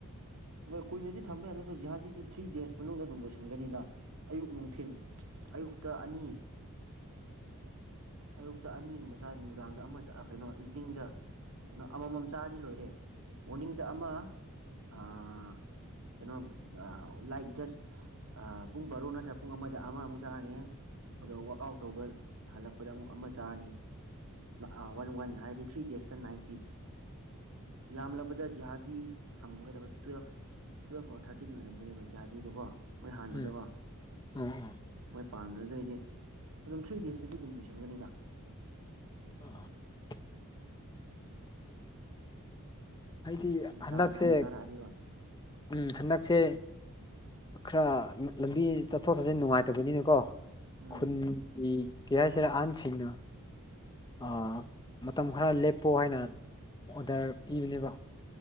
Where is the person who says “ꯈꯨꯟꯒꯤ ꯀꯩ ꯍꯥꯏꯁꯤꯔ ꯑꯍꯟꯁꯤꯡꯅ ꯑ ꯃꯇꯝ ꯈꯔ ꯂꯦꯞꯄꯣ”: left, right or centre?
Left